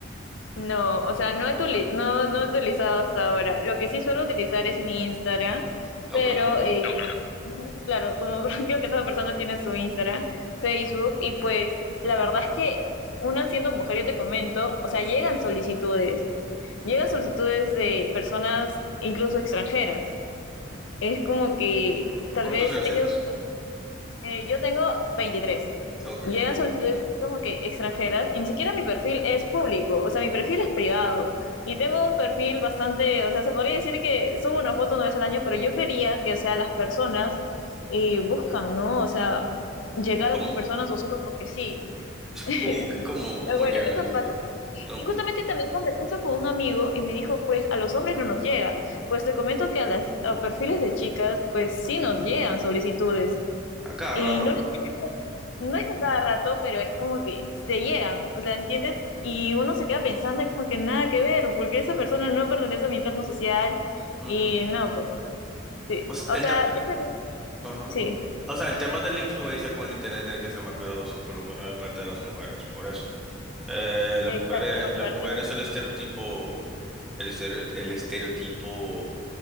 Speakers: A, on the left; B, in the centre.
A: No, o sea, no he, utili- no, no he utilizado hasta ahora. Lo que sí suelo utilizar es mi Instagram,
B: Oh,
A: pero
B: claro.
A: eh, ujú, claro, como <laughs> creo que toda persona tiene su Instagram, Facebook, y pues la verdad es que una siendo mujer, yo te comento, o sea, llegan solicitudes, llegan solicitudes de personas incluso extranjeras. Es como que
B: Mm.
A: tal
B: ¿Cuántos
A: vez
B: años
A: ellos
B: tienes?
A: eh, yo tengo veintitrés
B: Ok.
A: Llegan solicitudes como que extranjeras y ni siquiera mi perfil es público, o sea, mi perfil es privado. Y tengo un perfil bastante, o sea, se podría decir que subo una foto una vez al año, pero yo creería que, o sea, las personas eh, buscan, ¿no? O sea, llegar
B: ¿Cómo?
A: a otras personas o solo porque sí.
B: <laughs>
A: <laughs>
B: ¿Y
A: Bueno,
B: cómo, cómo llegan
A: eso
B: a ti?
A: pasa. Y
B: No,
A: justamente también conversé eso con un amigo y me dijo, pues a los hombres no nos llega. Pues te comento que a las a perfiles de chicas, pues sí nos llegan solicitudes.
B: A cada
A: Y
B: rato.
A: no, le- no es a cada rato, pero es como que se llegan, o sea, ¿entiendes? Y uno se queda pensando, es como que nada que ver, porque esa persona no pertenece a mi entorno social
B: Ujú.
A: y no, pues sí.
B: O sea,
A: O
B: el
A: sea,
B: tem-
A: yo creo
B: ajá.
A: que sí.
B: O sea, el tema de la influencia con el internet tiene que ser más cuidadoso, por lo menos de parte de las mujeres. Por eso, Eh, las
A: Exacto,
B: mujeres,
A: por
B: las
A: parte
B: mujeres
A: del...
B: el estereotipo, el estere- el estereotipo